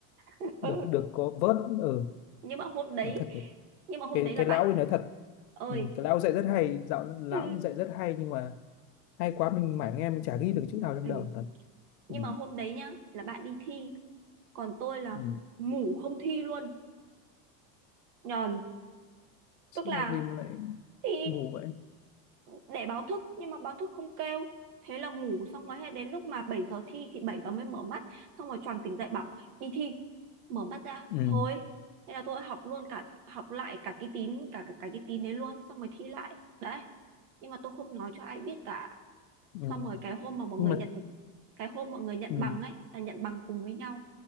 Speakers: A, on the right; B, on the left.
A: <laughs>
B: Được
A: ừ.
B: được có vớt ừ
A: nhưng mà hôm đấy
B: nó thật
A: nhưng mà hôm
B: cái
A: đấy là
B: cái
A: bạn
B: lão ấy nói thật
A: ơi
B: ừ, cái lão dạy rất hay dạo lão
A: Ừ,
B: dạy rất hay nhưng mà hay quá mình mải nghe mình chả ghi được chữ nào trong
A: ừ.
B: đầu thật
A: Nhưng
B: ừ.
A: mà hôm đấy nhá là bạn đi thi còn tôi là
B: Ừ.
A: ngủ không thi luôn nhờn
B: sao
A: tức là
B: làm gì mà lại
A: thi
B: ngủ vậy
A: để báo thức nhưng mà báo thức không kêu thế là ngủ xong rồi hết đến lúc mà 7 giờ thi thì 7 giờ mới mở mắt xong rồi choàng tỉnh dậy bảo đi thi mở mắt ra
B: ừ.
A: thôi thế là tôi học luôn cả học lại cả cái tín cả cả, cả cái tín đấy luôn xong rồi thi lại đấy nhưng mà tôi không nói cho ai biết cả
B: Ừ.
A: xong rồi cái hôm mà mọi
B: nhưng
A: người
B: mà
A: nhận cái hôm mọi người nhận
B: ừ.
A: bằng ấy là nhận bằng cùng với nhau